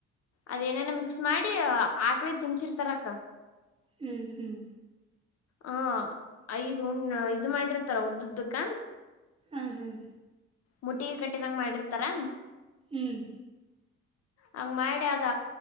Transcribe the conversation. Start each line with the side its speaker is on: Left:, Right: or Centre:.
Left: ಅದೇನೇನ ಮಿಕ್ಸ್ ಮಾಡಿ ಆಕ್ಳಿ ತಿನ್ಸಿರ್ತಾರಕ್ಕ
Right: ಹ್ಮ್ ಹ್ಮ್
Left: ಹ ಐದು ಉಣ ಇದು ಮಾಡಿರ್ತಾರ ಉದು ಉದ್ದುಕ
Right: ಹ್ಮ್ ಹ್ಮ್
Left: ಮುಟ್ಟಿಗೆ ಕಟ್ಟಿದಂಗ ಮಾಡಿರ್ತಾರ
Right: ಹ್ಮ್
Left: ಹಂಗ ಮಾಡಿ ಅದ